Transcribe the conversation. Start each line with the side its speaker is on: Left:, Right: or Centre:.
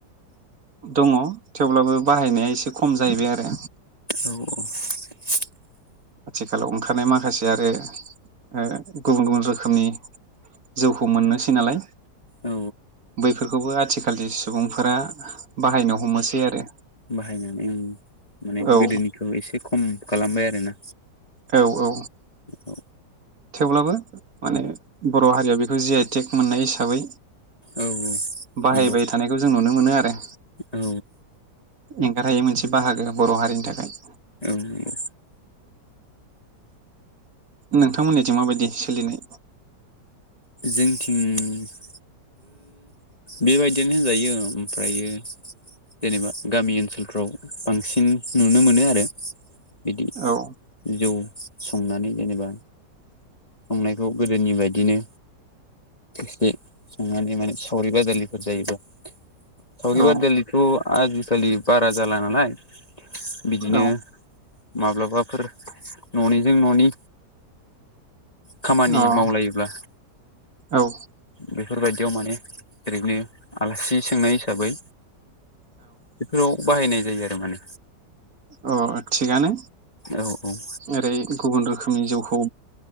Right: दङ थेवब्लाबो बाहायनाया एसे खम जाहैबाय आरो
Left: औ औ <inaudible>
Right: आथिखालाव ओंखारनाय माखासे आरो ओ गुबुन गुबुन रोखोमनि जौखौ मोननोसै नालाय
Left: औ
Right: बैफोरखौबो आथिखालनि सुबुंफोरा बाहायनो हमोसै आरो
Left: बाहायनानै ओं माने
Right: औ
Left: गोदोनिखौ एसे खम खालामबाय आरोना
Right: औ औ
Left: औ
Right: थेवब्लाबो माने बर' हारिया बेखौ जे आइ टेक मोननाय हिसाबै
Left: औ
Right: बाहायबाय
Left: नंगौ
Right: थानायखौ जों नुनो मोनो आरो
Left: औ
Right: एंगारहायै मोनसे बाहागो बर' हारिनि थाखाय
Left: नंगौ
Right: नोंथांमोननिथिं माबायदि सोलिनाय
Left: जोंथिं बेबायदिनो होनजायो ओमफ्रायो जेनेबा गामि ओनसोलफ्राव बांसिन नुनो मोनो आरो बिदि
Right: औ
Left: जौ संनानै जेनेबा संनायखौ गोदोनि बायदिनो से संनानै माने सावरि बादालिफोर जायोबा सावरि
Right: औ
Left: बादालिथ' आजिखालि बारा जाला नालाय बिदिनो
Right: औ
Left: माब्लाबाफोर न'निजों न'नि खामानि
Right: अ
Left: मावलायोब्ला
Right: औ
Left: बेफोरबायदि बेयाव माने ओरैनो आलासि सोंनाय हिसाबै बेफोराव बाहायनाय जायो आरो माने
Right: अ थिगानो
Left: औ औ ओं
Right: ओरै गुबुन रोखोमनि जौखौ